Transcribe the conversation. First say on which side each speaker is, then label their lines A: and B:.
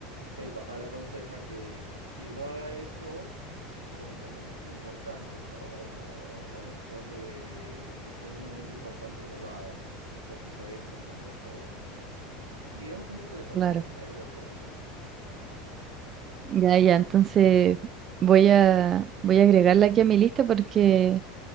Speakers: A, on the right; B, on the right.
A: el papá le aconseja que, que no haga eso con momentos importantes, ¿no? O, o- o después de, después de un momento importante no lo haga, porque puedes pues, cambiar todo. Y es bastante interesante,
B: Claro.
A: a mí, a mí me gusta mucho.
B: Ya, ya. Entonces voy a voy a agregarla aquí a mi lista porque